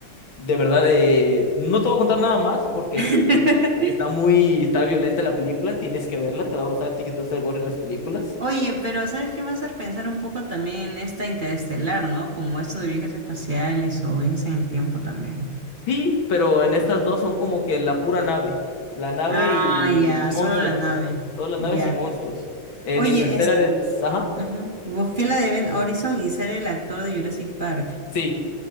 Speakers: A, on the left (about 65°); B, on the right (about 35°).
A: de verdad, eh, no te voy a contar nada más porque
B: <laughs>
A: sí, está muy, está violenta la película, tienes que verla, te va a gustar a ti que te gusta el gore en las películas.
B: Oye, pero ¿sabes qué me hace pensar un poco también en esta interestelar, ¿no? Como esto de viajes espaciales o viajes en el tiempo también.
A: Sí, pero en estas dos son como que la pura nave, la nave
B: Ah,
A: y
B: ya,
A: monstruos,
B: solo la nave.
A: todas las
B: Ya.
A: naves y monstruos. En
B: Oye,
A: Interstellar es, ajá,
B: Ujú. Busqué la de Ben Horizon y sale el actor de Jurassic Park.
A: sí,